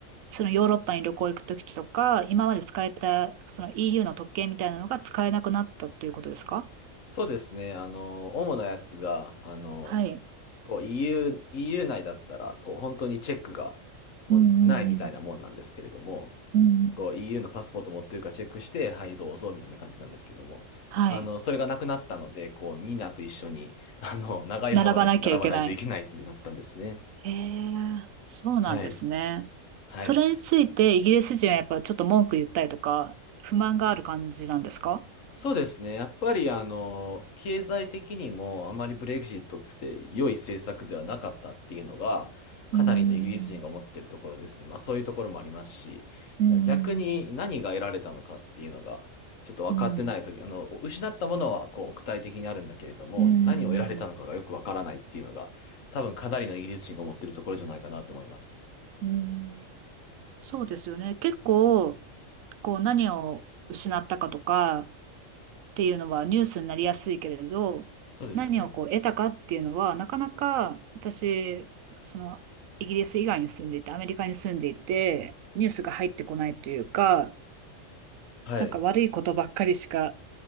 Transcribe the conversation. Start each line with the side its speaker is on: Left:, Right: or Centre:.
Right: そのヨーロッパに旅行行くときとか、今まで使えた、その EU の特権みたいなのが使えなくなったということですか
Left: そうですね。あの、主なやつが、あの、
Right: はい。
Left: こう EU、イーユー内だったら、こう本当にチェックがもうないみたいなもんなんですけれども、
Right: うんうんうん。うん
Left: こう EU のパスポート持ってるかチェックして、はい、どうぞ、みたいな感じなんですけども、
Right: はい。
Left: あの、それがなくなったので、こう、みんなと一緒に、あの、長い方の列に並ばないといけないってなったんですね。
Right: 並ばなきゃいけない。へえ、そうなんですね。
Left: はい。はい。
Right: それについてイギリス人はやっぱちょっと文句言ったりとか、不満がある感じなんですか
Left: そうですね。やっぱりあの、経済的にもあまりブレグジットって良い政策ではなかったっていうのが、かなりのイギリス人が思ってるところですね。
Right: うん。
Left: まあそういうところもありますし、
Right: うん。
Left: 逆に何が得られたのかっていうのが、ちょっと分かってないとき、
Right: うん。
Left: あの、失ったものはこう具体的にあるんだけれども、
Right: うん。
Left: 何を得られたのかがよく分からないっていうのが、多分かなりのイギリス人が思ってるところじゃないかなと思います。
Right: うん。そうですよね。結構、こう何を失ったかとか、っていうのはニュースになりやすいけれど、
Left: そうですね。
Right: 何をこう得たかっていうのは、なかなか私、その、イギリス以外に住んでいて、アメリカに住んでいて、ニュースが入ってこないというか、
Left: はい。
Right: なんか悪いことばっかりしか